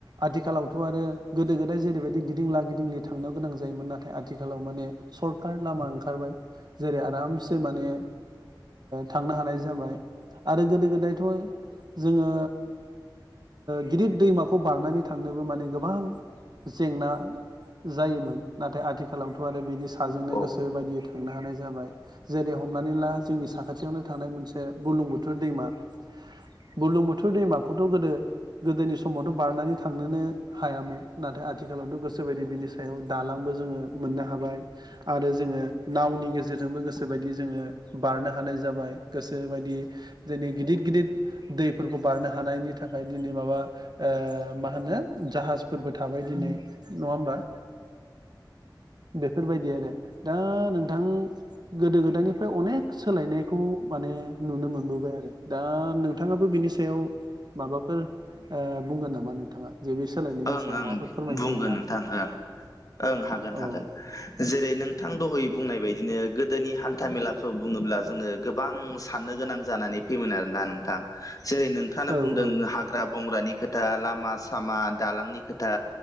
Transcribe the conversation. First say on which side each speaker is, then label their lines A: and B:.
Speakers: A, on the right; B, on the left.
A: आथिखालावथ' आरो गोदो गोदाय जेरैबायदि गिदिंला गिदिंलि थांनो गोनां जायो जायोमोन नाथाय आथिखालाव माने सरखार लामा ओंखारबाय जेरै आरामसे माने थांनो हानाय जाबाय आरो गोदो गोदायथ' जोङो गिदिर दैमाखौ बारनानै थांनोबो माने गोबां जेंना जायोमोन नाथाय आथिखालावथ' आरो बिनि साजोंनो
B: ओं
A: गोसो बायदियै थांनो हानाय जाबाय। जेरै हमनानै ला जोंनि साखाथियावनो थानाय मोनसे गुलुं बुथोर दैमा बुलुं बोथुर दैमाखौथ' गोदो गोदोनि समावथ बारनानै थांनोनो हायामोन नाथाय आथिखालावथ गोसोबायदि बिनि सायाव दालां बो जोङो मोननो हाबाय आरो जोङो नावनि गेजेरजोंबो गोसोबायदि जोङो बारनो हानाय जाबाय गोसोबायदि जोंनि गिदिर गिदिर दैफोरखौ बारनो हानायनि थाखाय दिनै माबा मा होनो जाहाजफोरबो थाबाय दिनै नङा होमबा बेफोरबायदि आरो दा नोंथां गोदो गोदायनिफ्राय अनेक सोलायनायखौ माने नुनो मोनबोबाय आरो दा नोंथाङाबो बिनि माबाफोर बुंगोन नामा नोंथाङा जे बे सोलायनायनि
B: ओं
A: सायाव
B: ओं
A: माबाफोर फोरमायथि
B: बुंगोन
A: होनो हागोन
B: नोंथां
A: ना
B: ओं ओं हागोन हागोन
A: औ
B: जेरै नोंथां दहयै बुंनाय बायदिनो गोदोनि हान्था मेलाखौ बुङोब्ला जोङो गोबां साननो गोनां जानानै फैयोमोन आरोना नों जेरै नोंथाङा
A: औ
B: बुंदों
A: औ
B: हाग्रा बंग्रानि खोथा लामा सामा दालांनि खोथा